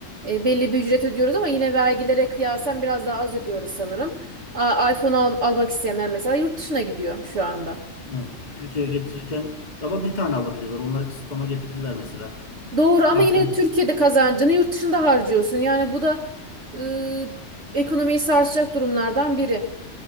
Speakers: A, on the right (about 60°); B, on the left (about 35°).
A: E, belli bir ücret ödüyoruz ama yine vergilere kıyasen biraz daha az ödüyoruz sanırım. A, iPhone al- almak isteyenler mesela yurt dışına gidiyor şu anda.
B: Evet. Türkiye'ye getirirken ama bir tane alabiliyorlar. Onlara kısıtlama getirdiler mesela.
A: Doğru ama
B: Artık
A: yine
B: hani
A: de Türkiye'de kazancını yurt dışında harcıyorsun. Yani bu da e, ekonomiyi sarsacak durumlardan biri.